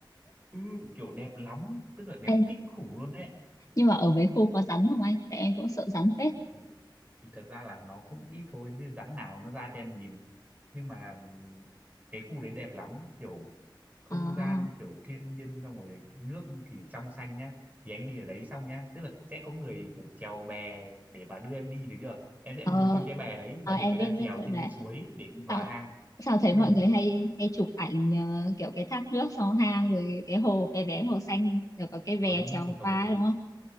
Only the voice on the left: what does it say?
Ê,
nhưng mà ở mấy khu có rắn không anh tại em cũng sợ rắn phết
à,
ờ,
ờ,
em
biết
biết chỗ
đấy
sao
sao thấy
mọi người hay hay chụp ảnh ờ, kiểu cái thác nước sau hang rồi cái hồ cái vé hồ xanh rồi có cái bè
trèo
qua
đúng không